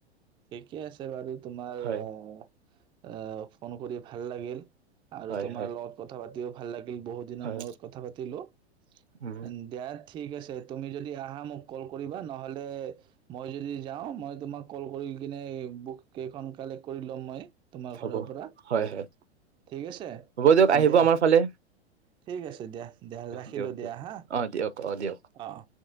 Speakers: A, on the right; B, on the right.
A: ঠিকে আছে বাৰু। তোমাৰ
B: হয়
A: আ আহ, ফোন কৰি ভাল লাগিল। আৰু
B: হয়
A: তোমাৰ
B: হয়
A: লগত কথা পাতিও ভাল লাগ বহু দিনৰ
B: হয়
A: মূৰত কথা পাতিলো
B: উম
A: এণ্ড <unintelligible> ঠিক আছে তুমি যদি আহা মোক কল কৰিবা নহ'লে মই যদি যাওঁ মই তোমাক কল কৰি কিনে বুক কেইখন কালেক্ট কৰি ল'ম মই। তোমাৰ
B: হ'ব
A: ঘৰৰ পৰা
B: হয় হয়
A: ঠিক আছে
B: হ'ব দিয়ক আহিব
A: দিয়া
B: আমাৰ ফালে
A: ঠিক আছে দিয়া দিয়া ৰাখিলো
B: দিয়ক দিয়ক
A: দিয়া হা।
B: অ দিয়ক অ' দিয়ক।
A: অ'।